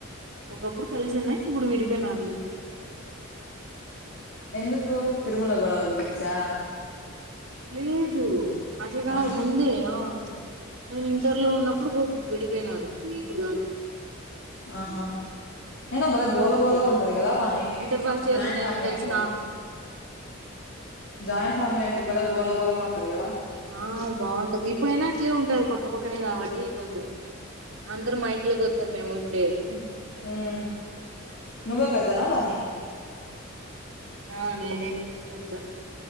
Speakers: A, on the right; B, on the left.
A: ఒకప్పుడు కలిసి ఉన్నాయి ఇప్పుడు విడిపోయినార్లే
B: ఎందుకు తిరుమల గోడవ గురించా
A: లేదు అట్లా కాదు
B: ఆ
A: ముందే ఆ నేను ఇంటర్లో ఉన్నప్పుడు గుప్ విడిపోయినారు ఇప్పుడు కాదు
B: ఆహా అయినా భలే
A: నీ
B: గోల
A: మూతి
B: గోలగా ఉంటది కదా వాని
A: ఇంటర్ ఫస్ట్ ఇయర్
B: జాయింట్
A: లో నేను
B: ఫ్యామిలీ
A: తెలిసినాను
B: అంటే జాయింట్ ఫ్యామిలీ అంటే భలే గోలగోళగా ఉంటాది కదా
A: ఆ బాగుంటది ఇప్పుడైనా అట్లే ఉంటది పక్కపక్కనే కాబట్టి కొంచెం అందరు మా ఇంట్లోకే వత్తారు మేము <unintelligible>
B: మ్మ్ నువ్వే పెద్దనా వానింగ <unintelligible>
A: ఆ నినే పెద్ద